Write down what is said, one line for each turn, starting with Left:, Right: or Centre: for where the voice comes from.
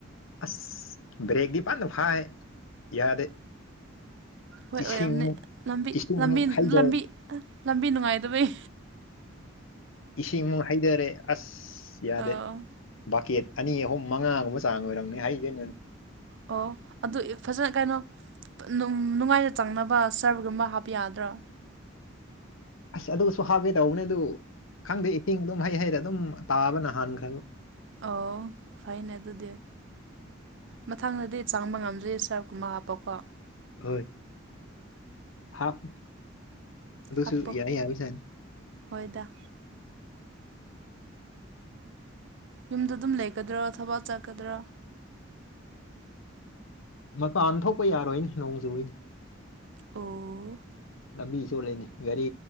Left: ꯑꯁ ꯕ꯭ꯔꯦꯛꯗꯤ ꯐꯟꯅ ꯐꯥꯏ ꯌꯥꯗꯦ
Right: ꯍꯣꯏ
Left: ꯏꯁꯤꯡꯃꯨꯛ
Right: ꯑꯣꯏꯔꯝꯅꯤ ꯂꯝꯕꯤ
Left: ꯏꯁꯤꯡꯃꯨꯛ
Right: ꯂꯝꯕꯤ
Left: ꯍꯩꯊꯔꯦ
Right: ꯂꯝꯕꯤ ꯑꯥ ꯂꯝꯕꯤ ꯅꯨꯡꯉꯥꯏꯗꯕꯩ
Left: ꯏꯁꯤꯡ ꯃꯨꯛ ꯍꯩꯗꯔꯦ ꯑꯁ ꯌꯥꯗꯦ
Right: ꯑꯥ
Left: ꯕꯥꯀꯦꯠ ꯑꯅꯤ ꯑꯍꯨꯝ ꯃꯉꯥꯒꯨꯝꯕ ꯆꯥꯡ ꯑꯣꯏꯔꯝꯅꯤ ꯍꯩꯗ ꯑꯩꯟ
Right: ꯑꯣ ꯑꯗꯨ ꯢ ꯐꯖꯟ ꯀꯩꯅꯣ ꯅꯨꯡ ꯅꯨꯡꯉꯥꯏꯅ ꯆꯪꯅꯕ ꯁ꯭ꯔꯒꯨꯝꯕ ꯍꯥꯞꯄ ꯌꯥꯗ꯭ꯔꯣ
Left: ꯑꯁ ꯑꯗꯨꯁꯨ ꯍꯥꯞꯒꯦ ꯇꯧꯕꯅꯦ ꯑꯗꯨ ꯈꯪꯗꯦ ꯏꯇꯤꯡ ꯗꯨꯝ ꯍꯩ ꯍꯩꯔ ꯑꯗꯨꯝ ꯇꯥꯕꯅ ꯍꯥꯟꯈ꯭ꯔꯦꯕ
Right: ꯑꯣ ꯐꯩꯅꯦ ꯑꯗꯨꯗꯤ ꯃꯊꯪꯗꯗꯤ ꯆꯪꯕ ꯉꯝꯗ꯭ꯔꯗꯤ ꯁ꯭ꯔꯐꯀꯨꯝꯕ ꯍꯥꯞꯄꯣꯀꯣ
Left: ꯍꯣꯏ ꯍꯥꯞ ꯑꯗꯨꯁꯨ
Right: ꯍꯥꯞꯄꯣ
Left: ꯌꯥꯢ ꯌꯥꯕ ꯖꯥꯠꯅꯤ
Right: ꯍꯣꯏꯗ ꯌꯨꯝꯗ ꯗꯨꯝ ꯂꯩꯒꯗ꯭ꯔꯣ ꯊꯕꯛ ꯆꯠꯀꯗ꯭ꯔꯥ
Left: ꯃꯄꯥꯟ ꯊꯣꯛꯄ ꯌꯥꯔꯣꯏꯅꯦ ꯅꯣꯡ ꯆꯨꯏꯅꯤ
Right: ꯑꯣ
Left: ꯂꯝꯕꯤ ꯆꯣꯠꯂꯦꯅꯦ ꯒꯥꯔꯤ